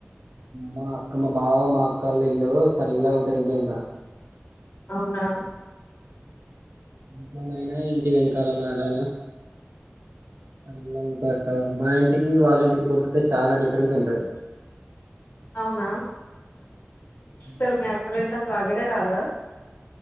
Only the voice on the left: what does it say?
అవునాా
అవునా ఇస్సలు
మీ అక్కల ఇంట్లా రాగడే రాధా